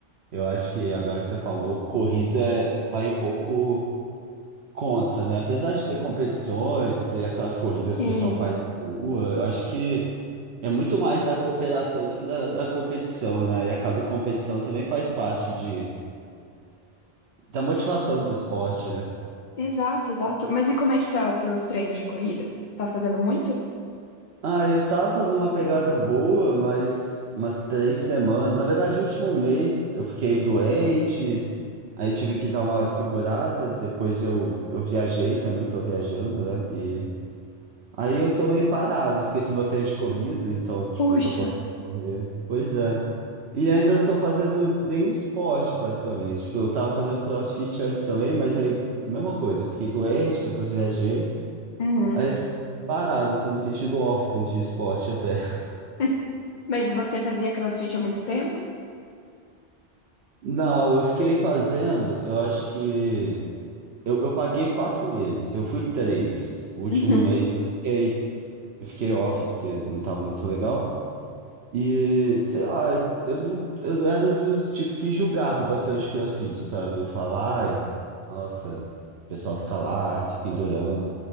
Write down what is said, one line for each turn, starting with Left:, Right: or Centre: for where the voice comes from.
Right: Eu acho que agora que você falou, corrida vai um pouco contra, né? Apesar de ter competições, ter aquelas corridas
Left: Sim,
Right: que o pessoal faz na rua, eu acho que é muito mais da cooperação do que da, da competição, né? E acaba que competição também faz parte de, da motivação do esporte, né?
Left: exato, exato. Mas e como é que tá teus treinos de corrida? Tá fazendo muito?
Right: Ah, eu tava numa pegada boa, mas umas três semanas. Na verdade, o último mês eu fiquei doente, aí tive que dar uma segurada. Depois eu, eu viajei também, tô viajando, né? E Aí eu tô meio parado, esqueci meu tênis de corrida, então, tipo,
Left: Puxa.
Right: não tô conseguindo correr. Pois é. E ainda não tô fazendo nenhum esporte, basicamente. Tipo, Eu tava fazendo CrossFit antes também, mas aí, mesma coisa. Fiquei doente, depois viajei.
Left: Uhum.
Right: Aí eu tô parado, eu tô me sentindo órfão de esporte até. <laughs>
Left: <laughs> Mas você fazia CrossFit há muito tempo?
Right: Não, eu fiquei fazendo, eu acho que. Eu, eu paguei quatro meses, eu fui três. O último
Left: Uhum.
Right: mês eu fiquei, eu fiquei off, porque não tava muito legal. E sei lá, eu não, eu era dos tipo que julgava bastante CrossFit, sabe? Eu falava, ai, nossa, o pessoal fica lá se pendurando.